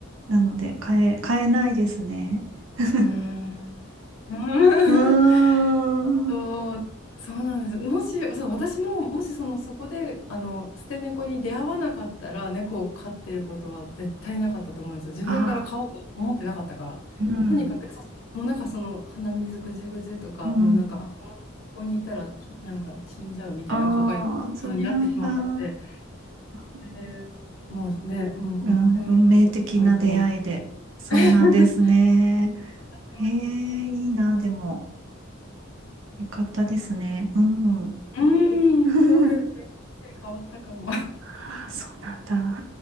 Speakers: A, on the right; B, on the left.
A: なので、変え、変えないですね。<laughs> う
B: うん。うーん。
A: ーん。
B: うーんそう、そうなんです。もし、そう、私も、もしその、そこで、あの、捨て猫に出会わなかったら、猫を飼ってることは絶対なかったと思うんですよ。自分から飼おうと思ってなかったから。
A: あ、うん。
B: とにかく、そうもうなんかその、鼻水ぐじゅぐじゅとか、
A: うん。
B: もうなんか、あ、この、ここにいたら、ひなんか死んじゃうみたいな子が普通に会ってしまったので、
A: ああ、そうなんだ。あー
B: それで、もうね、もう、
A: うん、
B: もうアレルギーとかどうでもいいと思って。
A: 運命的な出会いで。そうなんですね。
B: <laughs> 私もになった
A: ええ、いいな、でも。よかったですね。うん。
B: う <laughs> ーん、
A: <laughs>
B: そうです。人生変わったかも。
A: あーそうなんだ。